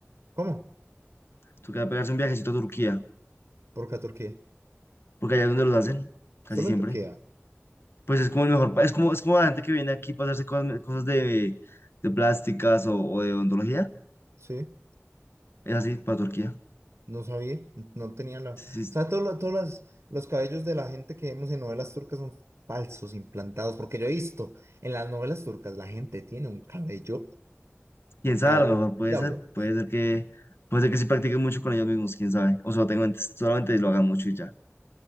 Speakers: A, on the right (about 70°); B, on the left (about 55°).
A: ¿Cómo?
B: Tocaría pegarse un viajecito a Turquía
A: Porque a Turquía.
B: porque allá es donde los hacen, casi
A: Solo
B: siempre.
A: en Turquía.
B: Pues es como el mejor, pa- es como, es como la gente que viene aquí para hacerse cosas, cosas de, de plásticas o, o de odontología,
A: Sí.
B: es así para Turquía.
A: No sabía. No tenía la.
B: Sí,
A: O
B: sí,
A: sea, todos todos los, los cabellos de la gente que vemos en novelas turcas son falsos, implantados. Porque yo he visto en las novelas turcas la gente tiene un cabello.
B: quién sabe,
A: El
B: a lo mejor puede
A: diablo.
B: ser, puede ser que, puede ser que sí practiquen mucho con ellos mismos, quién sabe, o solo tengo en- solamente lo hagan mucho y ya.